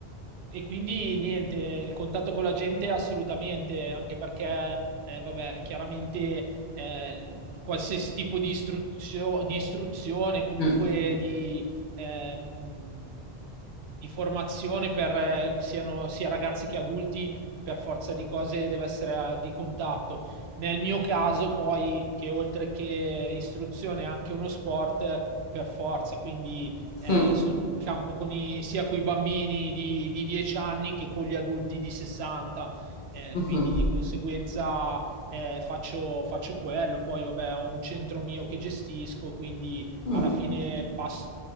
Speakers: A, on the right; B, on the left.
A: e quindi niente, il contatto con la gente assolutamente, anche perché, eh, vabbè, chiaramente eh, qualsiasi tipo di istruzio- di istruzione, comunque
B: Mm,
A: di, ehm, di formazione per eh, siano sia ragazzi che adulti, per forza di cose deve essere eh, di contatto. Nel mio caso, poi, che oltre che istruzione è anche uno sport per forza, quindi eh,
B: mm,
A: sono in campo con i- sia con i bambini di, di 10 anni che con gli adulti di 60, eh,
B: mhm,
A: quindi di conseguenza eh, faccio, faccio quello. Poi, vabbè, ho un centro mio che gestisco, quindi
B: mm.
A: alla fine passo,